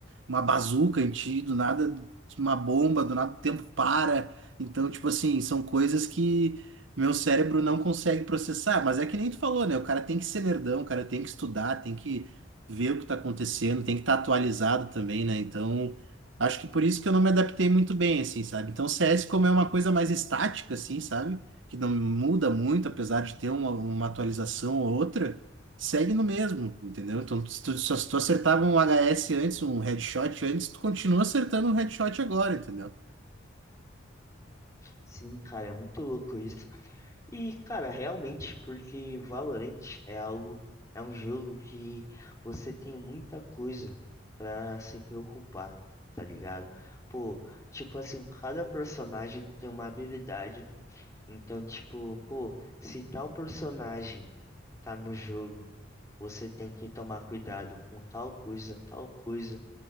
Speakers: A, on the right; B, on the left.
A: uma bazuca em ti, do nada uma bomba, do nada o tempo para. Então, tipo assim, são coisas que meu cérebro não consegue processar, mas é que nem tu falou, né? O cara tem que ser nerdão, o cara tem que estudar, tem que ver o que tá acontecendo, tem que estar atualizado também, né? Então, acho que por isso que eu não me adaptei muito bem, assim, sabe? Então, CS, como é uma coisa mais estática, assim, sabe? Que não muda muito, apesar de ter uma, uma atualização ou outra, segue no mesmo, entendeu? Então, se tu, só se tu acertava um HS antes, um headshot antes, tu continua acertando um headshot agora, entendeu?
B: Sim, cara, é muito louco isso. E, cara, realmente, porque Valorant é algo, é um jogo que você tem muita coisa pra se preocupar, tá ligado? Pô, tipo assim, cada personagem tem uma habilidade. Então, tipo, pô, se tal personagem tá no jogo, você tem que tomar cuidado com tal coisa, tal coisa